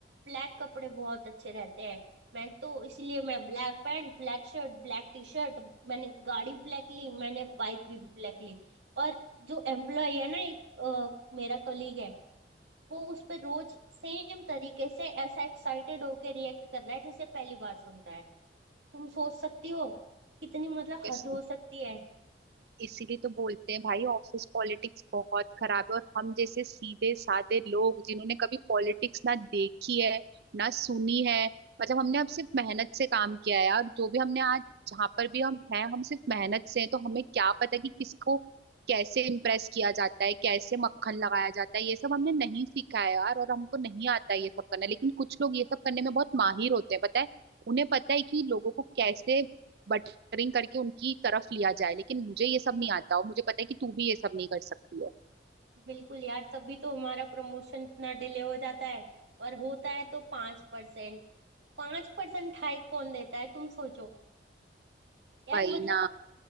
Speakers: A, on the right; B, on the right.
A: ब्लैक कपड़े बहुत अच्छे रहते हैं मैं तो इसलिए मैं black pant black shirt black T shirt मैंने गाड़ी ब्लैक ली मैंने बाइक भी ब्लैक ली और जो एम्प्लॉय है ना एक अ, मेरा कलीग है वो उस पर रोज सेम तरीके से ऐसा एक्साइटेड होके रिएक्ट कर रहा है जैसे पहली बार सुन रहा है तुम सोच सकती हो कितनी मतलब
B: <laughs>
A: हद हो सकती है
B: इसीलिए तो बोलते हैं भाई ऑफिस पॉलिटिक्स बहुत खराब है और हम जैसे सीधे साधे लोग जिन्होंने कभी पॉलिटिक्स ना देखी है ना सुनी है मतलब हमने अब सिर्फ मेहनत से काम किया है यार जो भी हमने आज जहाँ पर भी हम हैं हम सिर्फ मेहनत से हैं तो हमें क्या पता कि किसको कैसे इम्प्रेस किया जाता है कैसे मक्खन लगाया जाता है ये सब हमने नहीं सीखा है यार और हमको नहीं आता है ये सब करना लेकिन कुछ लोग ये सब करने में बहुत माहिर होते हैं पता है उन्हें पता है कि लोगों को कैसे रिंग करके उनकी तरफ लिया जाए लेकिन मुझे ये सब नहीं आता और मुझे पता है कि तू भी ये सब नहीं कर सकती है
A: बिल्कुल यार तभी तो हमारा प्रमोशन इतना डिले हो जाता है और होता है तो पांच परसेंट पांच परसेंट हाइक कौन देता है तुम सोचो यार
B: वही
A: मतलब
B: ना